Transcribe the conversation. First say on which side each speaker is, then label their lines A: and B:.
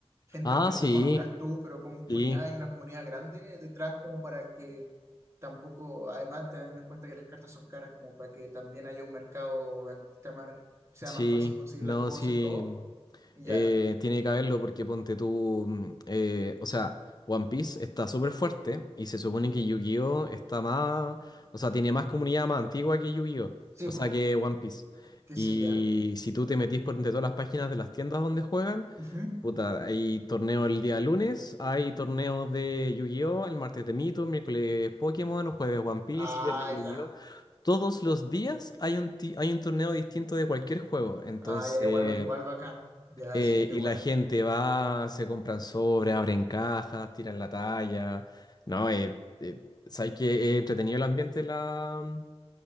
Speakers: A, on the right; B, on the left.
A: gente
B: Ah,
A: que
B: sí.
A: no conozcas tú, pero como comunidad
B: Sí.
A: hay una comunidad grande detrás como para que tampoco, además teniendo en cuenta que las cartas son caras, como para que también haya un mercado en donde está más- sea
B: Sí,
A: más fácil conseguir
B: no,
A: las cosas,
B: sí,
A: todo.
B: mm,
A: Ya,
B: eh, tiene que haberlo porque ponte tú, mm, eh, o sea, One Piece está súper fuerte y se supone que Yu-Gi-Oh está más, o sea, tiene más comunidad más antigua que Yu-Gi-Oh,
A: sí,
B: o
A: pues,
B: sea, que One Piece.
A: que
B: Y
A: sí, ya.
B: si tú te metís por entre todas las páginas de las tiendas donde juegan,
A: Ujú.
B: Puta, hay torneo el día lunes, hay torneos de Yu-Gi-Oh! el martes de Mito, miércoles Pokémon, jueves One Piece,
A: Ah,
B: viernes Yu-Gi-Oh!
A: ya.
B: Todos los días hay un, ti- hay un torneo distinto de cualquier juego. Entonces,
A: Ah, ya, igual, igual bacán. Ya,
B: eh,
A: sí, qué
B: y
A: bueno.
B: la gente va, se compran sobres, abren cajas, tiran la talla. No, eh, eh, sabes que es entretenido el ambiente en, la-